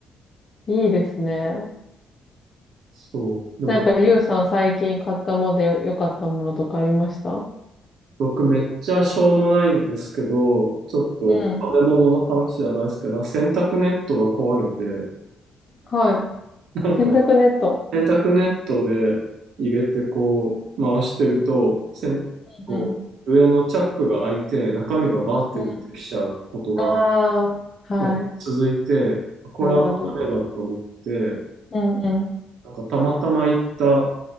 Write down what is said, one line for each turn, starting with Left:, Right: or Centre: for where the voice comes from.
Left: いいですね。
Right: そう。でも
Left: なんか、ゆうさん最近買ったものでよ、良かったものとかありましたう
Right: 僕めっちゃしょうもないんですけど、ちょっと食べ物の話じゃないですけど、
Left: ん。
Right: 洗濯ネットが壊れて、
Left: はい。
Right: なんか
Left: 洗濯ネット。
Right: 洗濯ネットで入れてこう回してると、せんこう上のチャックが開いて中身がバーって出てきちゃうことが
Left: うん。うん。ああ、はい。
Right: なんか続いて、これはダメだと思って、
Left: あるある。うんうん。
Right: なんかたまたま行った